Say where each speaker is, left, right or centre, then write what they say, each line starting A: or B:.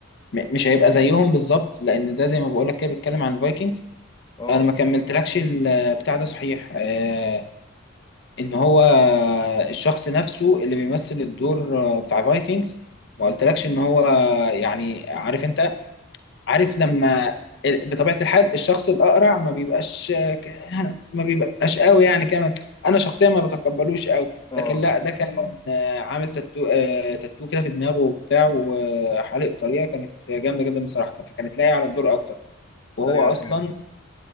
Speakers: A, on the left (about 55°); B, on the left (about 20°).
A: مش هيبقى زيهم بالظبط لان ده زي ما بقول لك كده بيتكلم عن الفايكنجز
B: اه
A: انا ما كملتلكش البتاع ده صحيح آه، ان هو الشخص نفسه اللي بيمثل الدور آه، بتاع فايكنجز ما قلتلكش ان هو يعني عارف انت عارف لما ال- بطبيعة الحال الشخص الأقرع ما بيبقاش ك- <laughs> ما بيبقاش قوي يعني كمان أنا شخصيا ما بتقبلوش قوي
B: اه
A: لكن لا ده كان آه، عامل تاتو آه، تاتو كده في دماغه وبتاع وحالق بطريقة كانت جامدة جدا بصراحة فكانت لايقة على الدور أكتر وهو
B: ايوه
A: أصلا
B: فاهم